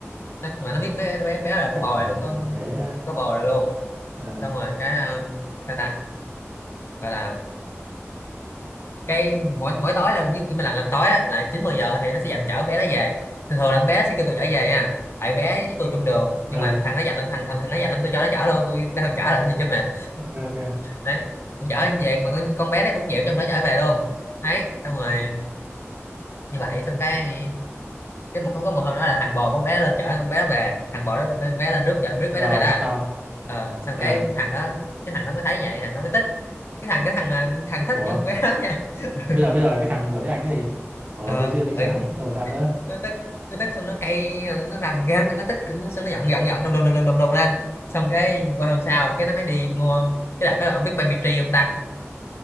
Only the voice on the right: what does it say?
trời
ơi
thế đó
Ờ.
ờ
ok ok
rồi
xong
ờ
ủa
bây giờ bây giờ cái thằng giỏi tiếng Anh cái gì ủa
vô duyên vậy
trái không phải sao nữa